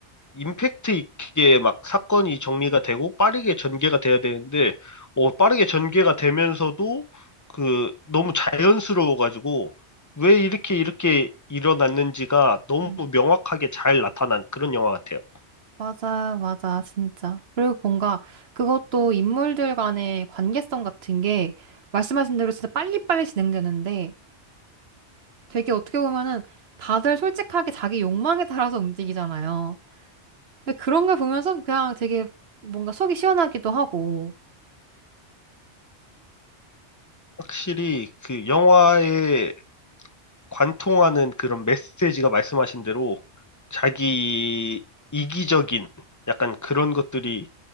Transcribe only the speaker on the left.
임팩트 있게 막 사건이 정리가 되고 빠르게 전개가 돼야 되는데, 어, 빠르게 전개가 되면서도 그 너무 자연스러워가지고 왜 이렇게 이렇게 일어났는지가 너무
명확하게 잘 나타난 그런 영화 같아요.
확실히 그 영화에 관통하는 그런 메시지가 말씀하신 대로 자기 이기적인 약간 그런 것들이